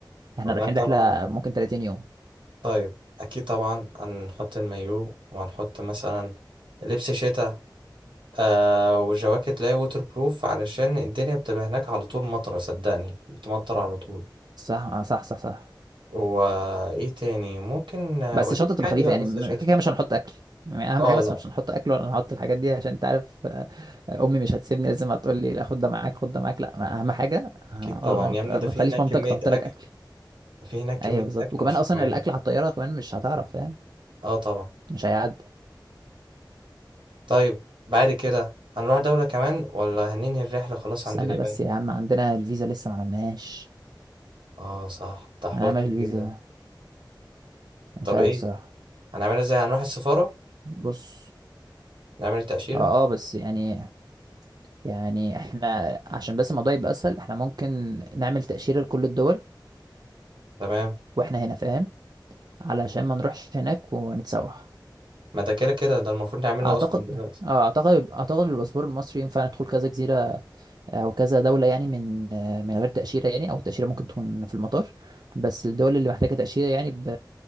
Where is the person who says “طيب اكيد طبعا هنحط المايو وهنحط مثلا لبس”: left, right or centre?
Right